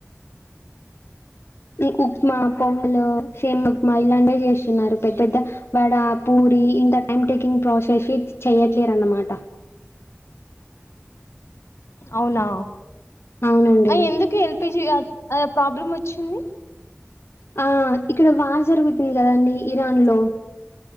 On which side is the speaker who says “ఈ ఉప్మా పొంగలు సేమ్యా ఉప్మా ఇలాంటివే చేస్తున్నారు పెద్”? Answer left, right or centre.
Left